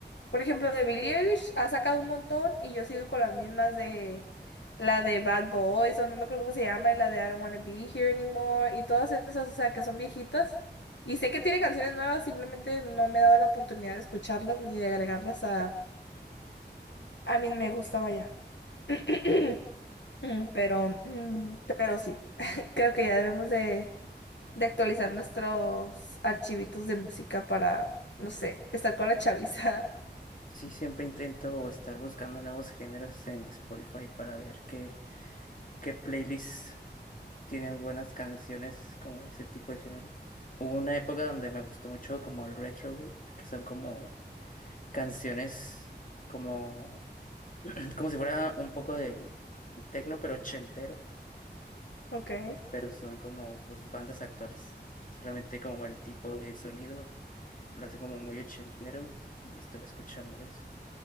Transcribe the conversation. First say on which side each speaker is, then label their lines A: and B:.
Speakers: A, on the left; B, on the left.
A: Por ejemplo, de Billie Eilish ha sacado un montón y yo sigo con las mismas de la de Bad Boys o no me acuerdo cómo se llama y la de I Don't Wanna Be Here Anymore y todas esas, o sea, que son viejitas. Y sé que tiene canciones nuevas, simplemente no me he dado la oportunidad de escucharlas ni de agregarlas a, a mí me gustaba ya. <clears throat> Mm, Pero, mm, pero sí, <laughs> creo que ya debemos de, de actualizar nuestros archivitos de música para, no sé, estar con la chaviza.
B: Sí, siempre intento estar buscando nuevos géneros en Spotify para ver qué, qué playlist. tienen buenas canciones como de ese tipo de género. Hubo una época donde me gustó mucho como el retro wave, que son como canciones como <clears throat> como si fuera un poco de techno pero ochentero,
A: <laughs> Ok.
B: pero son como pues bandas actuales. Solamente como el tipo de sonido lo hace como muy ochentero y estuve escuchando eso,